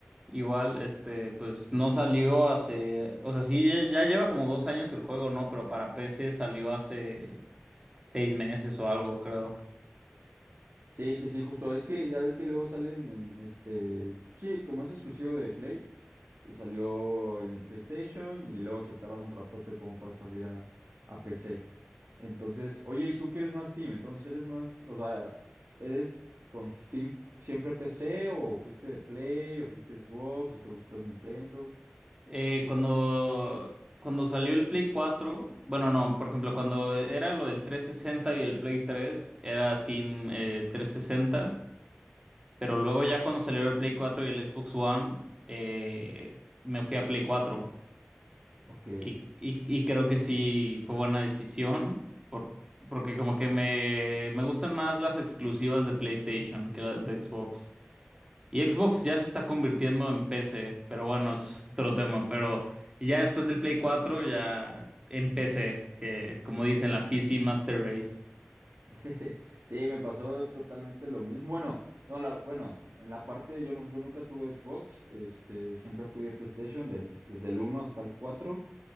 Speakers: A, on the right; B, on the right.
A: igual, este, pues no salió hace, o sea, sí, ya ya lleva como dos años el juego, ¿no? Pero para PC salió hace seis meses o algo, creo.
B: Sí, sí, sí, justo. Es que ya ves que luego salen en este. Sí, como es exclusivo de Play, pues salió en el PlayStation y luego se tarda un ratote como para salir a, a PC. Entonces, oye, ¿y tú quieres más Team? Entonces, ¿eres más. O sea, ¿eres con Steam siempre PC o fuiste de Play o fuiste de Xbox o te gusta Nintendo?
A: Eh, cuando, cuando salió el Play cuatro bueno, no, por ejemplo, cuando era lo del 360 y el Play 3 era Team eh, trescientos sesenta Pero luego ya cuando salió el Play 4 y el Xbox One, eh, me fui a Play 4.
B: Ok.
A: Y, y- y creo que sí fue buena decisión, por- porque como que me, me gustan más las exclusivas de PlayStation que las de Xbox. Y Xbox ya se está convirtiendo en PC, pero bueno, es otro tema. Pero ya después del Play 4, ya en PC, que como dicen, la PC Master Race.
B: <laughs> Sí, me pasó totalmente lo mismo. Bueno, no, la, bueno, en la parte yo, nu- yo nunca tuve Xbox, este, siempre fui de PlayStation del- desde el uno hasta el 4.